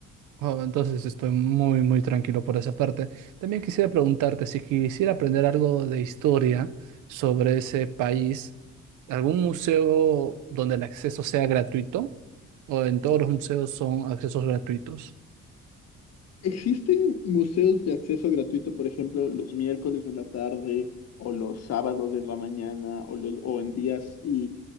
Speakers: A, on the right (about 80°); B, on the left (about 55°).
A: Oh, entonces estoy muy, muy tranquilo por esa parte. También quisiera preguntarte si quisiera aprender algo de historia sobre ese país, ¿algún museo donde el acceso sea gratuito? ¿O en todos los museos son accesos gratuitos?
B: ¿Existen museos de acceso gratuito, por ejemplo, los miércoles en la tarde o los sábados en la mañana o, los, o en días y,